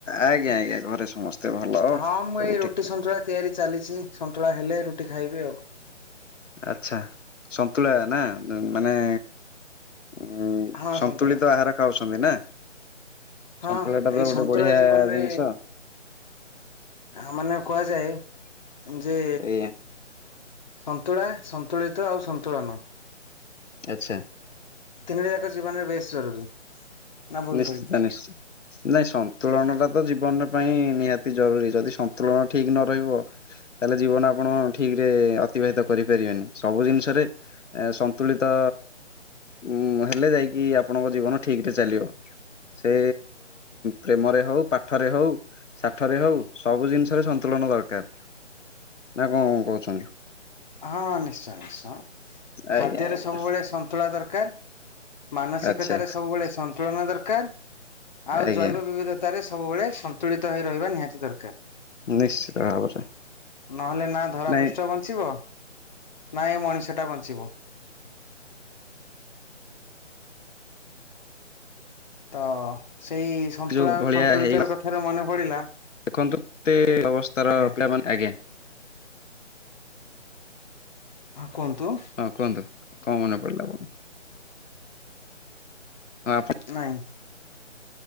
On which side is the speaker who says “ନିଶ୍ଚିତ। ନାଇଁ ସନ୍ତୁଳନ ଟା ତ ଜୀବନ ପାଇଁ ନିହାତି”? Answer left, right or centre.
Left